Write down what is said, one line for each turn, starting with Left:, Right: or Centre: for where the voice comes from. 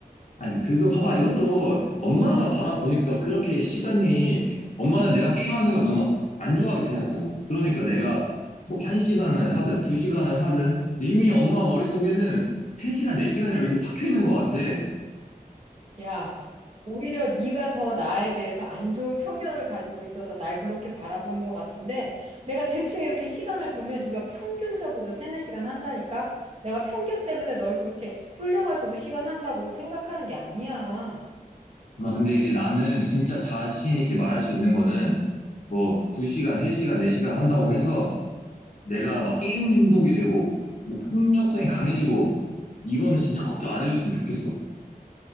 Left: 아니 그거 봐봐 이것도 엄마가 바라보니까 그렇게 시간이 엄마는 내가 게임하는 걸 너무 안 좋아하게 생각하잖아. 그러니까 내가 뭐 1시간을 하든 2시간을 하든 이미 엄마 머릿속에는 3시간, 4시간이라고 이렇게 박혀 있는 것 같아.
Right: 야, 오히려 네가 더 나에 대해서 안 좋은 편견을 가지고 있어서 날 그렇게 바라보는 것 같은데 내가 대충 이렇게 시간을 보면 네가 평균적으로 세네 시간 한다니까? 내가 편견 때문에 널 그렇게 불려가지고 시간 한다고 생각하는 게 아니야.
Left: 막 근데 이제 나는 진짜 자신 있게 말할 수 있는 거는 뭐 두 시간 세 시간 네 시간 한다고 해서 내가 막 게임 중독이 되고 뭐 폭력성이 강해지고 이거는 진짜 걱정 안 해줬으면 좋겠어.